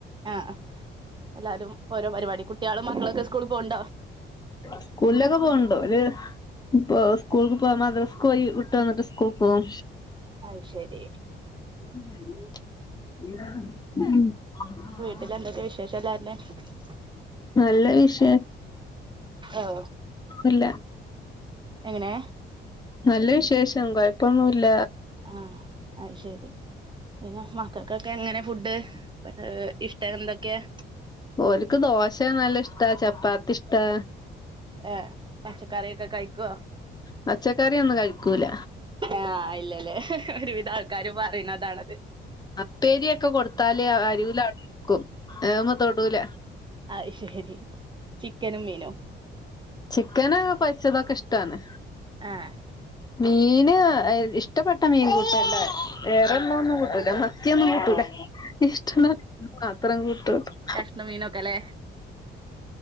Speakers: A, on the right; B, on the left.
A: ആ എല്ലാരും ഓരോ പരിപാടി കുട്ട്യാളും മക്കളൊക്കെ സ്കൂളിൽ പോവ്ണ്ടോ?
B: സ്കൂലൊക്കെ പോണ്ടോ ഓല് ഇപ്പ സ്കൂൾക്ക് പോവാ മദ്രസ് പോയി വിട്ട് വന്നിട്ട് സ്കൂൾക്ക് പോം
A: അയ് ശെരി
B: ഉം
A: <unintelligible> എന്തൊക്കെ വിശേഷം <unintelligible>
B: നല്ല വിശേ
A: ഓഹ്
B: ഇല്ല
A: എങ്ങനെ
B: നല്ല വിശേഷം കൊയപ്പൊന്നുല്ല
A: ആഹ് അയ് ശെരി പിന്നെ മക്കക്കൊക്കെ എങ്ങനെ ഫുഡ് ഏഹ് ഇഷ്ട എന്തൊക്കെയാ
B: ഓല്ക്ക് ദോശ നല്ല ഇഷ്ടാ ചപ്പാത്തി ഇഷ്ടാ
A: ഏഹ് പച്ചക്കറിക്കെ കഴിക്കോ
B: പച്ചക്കറിയൊന്നും കഴിക്കൂല
A: ആഹ് ഇല്ലല്ലേ ഒരുവിധ ആൾക്കാര് പറയണതാണത്
B: ആഹ് ഉപ്പേരിയൊക്കെ കൊടുത്താല് അരികില് അവടെരിക്കും ഏമ്മേ തൊടുല
A: അയ് ശെരി ചിക്കനും മീനും
B: ചിക്കന് പൊരിച്ചതാക്കെ ഇഷ്ടാണ്
A: ആഹ്
B: മീന് ഇഷ്ടപ്പെട്ട മീൻ കൂട്ടല്ലേ വേറെള്ള ഒന്നും കൂട്ടൂല മത്തിയൊന്നും കൂട്ടൂലാ ഇഷ്ടല്ല അത്ര കുട്ടൊള്ളു
A: കഷണം മീനൊക്കെല്ലേ